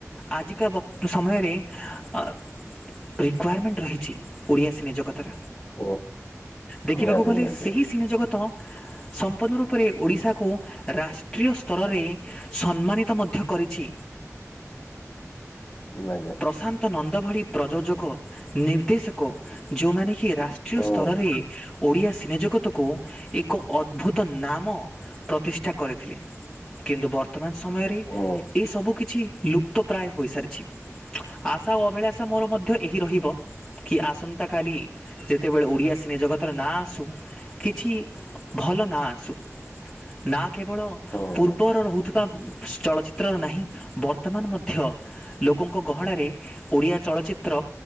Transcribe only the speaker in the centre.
ଆଜିକା ବକ୍ତ ସମୟରେ। ଅ ରିକ୍ଯୁଆରମେଣ୍ଟ ରହିଛି ଓଡ଼ିଆ ସିନେ ଜଗତ। ତାର
ଦେଖିବାକୁ
ଗଲେ
ସେହି ସିନେ ଜଗତ। ତ ସମ୍ପୂର୍ଣ୍ଣ ରୂପରେ ଓଡ଼ିଶାକୁ ରାଷ୍ଟ୍ରୀୟ ସ୍ତରରେ। ସମ୍ମାନିତ ମଧ୍ୟ କରିଛି।
ପ୍ରଶାନ୍ତ ନନ୍ଦ ଭଳି ପ୍ରଯୋଜକ। ନିର୍ଦ୍ଦେଶକ ଯୋଉମାନେ କି ରାଷ୍ଟ୍ରୀୟ
ସ୍ତରରେ। ଓଡ଼ିଆ ସିନେଜଗତକୁ ଏକ ଅଦ୍ଭୁତ ନାମ ପ୍ରତିଷ୍ଠା କରିଥିଲେ। କିନ୍ତୁ ବର୍ତ୍ତମାନ ସମୟରେ
ଏ ସବୁ କିଛି ଲୁପ୍ତ ପ୍ରାୟ ହୋଇସାରିଛି। ଆଶା ଓ ଅଭିଳାଷା ମୋର ମଧ୍ୟ ଏହି ରହିବ। କି ଆସନ୍ତାକାଲି ଯେତେବେଳେ ଓଡିଆ ସିନେ ଜଗତରେ ନାଁ ଆସୁ। କିଛି ଭଲ ନାଁ ଆସୁ ନା କେବଳ।
ପୂର୍ବର ରହୁଥିବା ଚଳଚିତ୍ର ନାହି ବର୍ତ୍ତମାନ ମଧ୍ୟ ଲୋକଙ୍କୁ। ଗହଣାରେ ଓଡ଼ିଆ ଚଳଚ୍ଚିତ୍ର